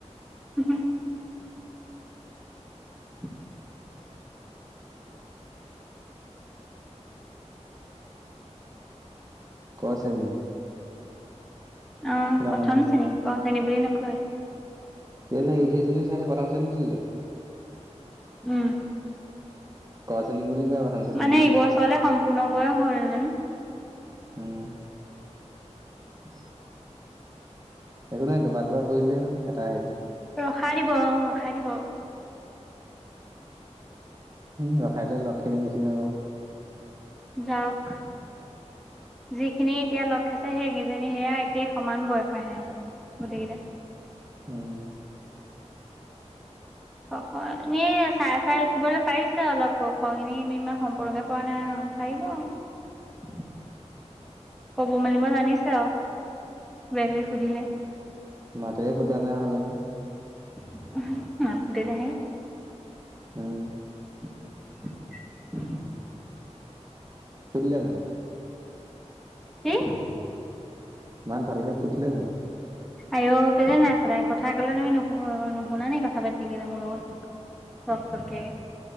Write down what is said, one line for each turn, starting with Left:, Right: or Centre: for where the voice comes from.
Centre: হো <inaudible>
Right: ক শ্ৰেণী।
Centre: অ,
Right: ন
Centre: প্ৰথম
Right: ন
Centre: শ্ৰেণীৰ প ক শ্ৰেণী বুলি নকয়।
Right: এ, সেইজনী চাগে প্ৰথম শ্ৰেণীত দি দিলে
Centre: উম।
Right: ক শ্ৰেণী বুলি কয় প্ৰথম শ্ৰেণী
Centre: মানে
Right: বুলি
Centre: এইবছৰলে
Right: কয়
Centre: সম্পূৰ্ণ বয়স। হ'লেহেতেন।
Right: উম।
Centre: উ,
Right: একো নাই দুবাৰ দুবাৰ পঢ়িলেই হ'ল, এটা হে
Centre: ৰখাই দিব, অ ৰখাই দিব।
Right: উম ৰখালে লগখিনি গুচি যাব।
Centre: যাওক, যিখিনি এতিয়া লগ খাইছে সেইকেইজনী সেয়া একেই সমান বয়স সিহঁতৰ গোটেইকেইটা।
Right: উম
Centre: অ খ এনে চাই চাই লিখিবলৈ পাৰিছে অলপ ক খ খিনি ইমান সম্পূৰ্কে পৰা নাই পাৰিব। কব মেলিব জানিছে আৰু কিবা- কিবি সুধিলে।
Right: মাতে। জানাই ভাল লাগে।
Centre: <unintelligible>
Right: উম।
Centre: <inaudible>
Right: ফুটিলে জানো?
Centre: হে
Right: ইমান ভালকে ফুটিলে জানো?
Centre: আই অ। কেলে নাই সদায় কথা কলে তুমি নুশুনা নে? কথা পাতি থাকিলে মোৰ লগত। কে